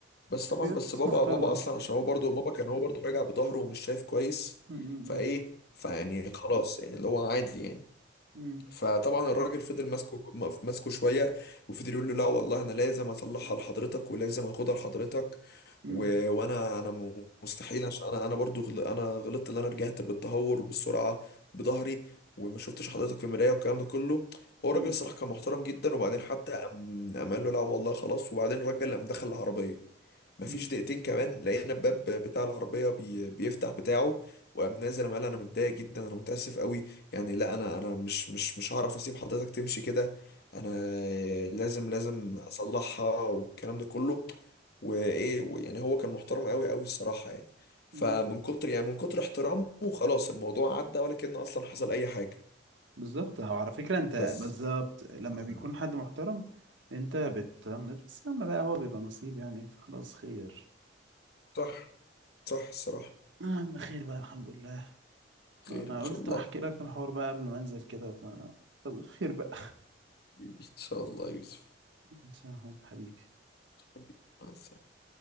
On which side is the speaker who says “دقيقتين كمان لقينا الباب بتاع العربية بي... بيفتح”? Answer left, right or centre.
Left